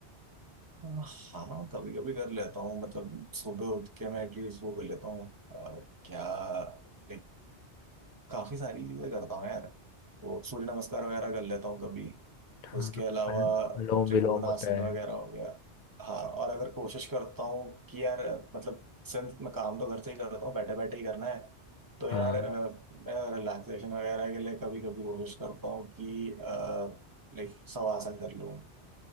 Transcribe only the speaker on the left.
हाँ
अल- अनुलोम
विलोम
होता है
हाँ